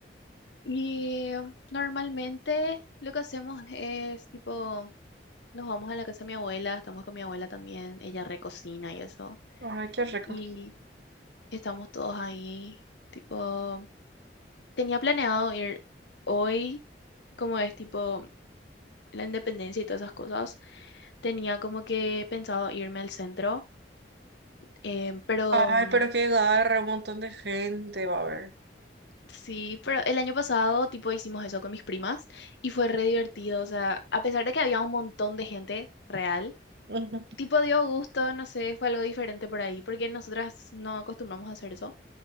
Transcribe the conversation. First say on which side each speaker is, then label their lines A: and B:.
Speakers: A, on the left; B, on the right.
A: Y um, normalmente lo que hacemos es tipo, nos vamos a la casa de mi abuela, estamos con mi abuela también, ella recocina y eso.
B: Ay, qué rico.
A: Y estamos todos ahí, tipo, tenía planeado ir hoy, como es tipo la independencia y todas esas cosas, tenía como que pensado irme al centro, eh, pero...
B: Ay,
A: mm,
B: pero qué garra, un montón de gente va a ver.
A: Sí, pero el año pasado, tipo, hicimos eso con mis primas y fue re divertido. O sea, a pesar de que había un montón de gente real,
B: <laughs>
A: tipo, dio gusto, no sé, fue algo diferente por ahí, porque nosotras no acostumbramos a hacer eso.